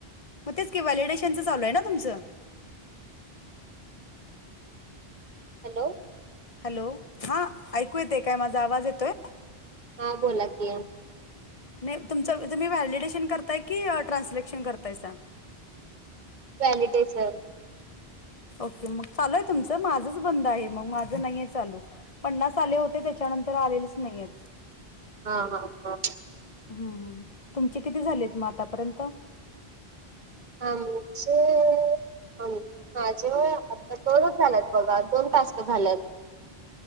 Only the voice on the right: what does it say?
हॅलो.
हां बोला की
व्हॅलीडेशन.
हा हा हा
आमचे आम माझे होय आता दोनच झाल्यात बघा दोन टास्क झाल्यात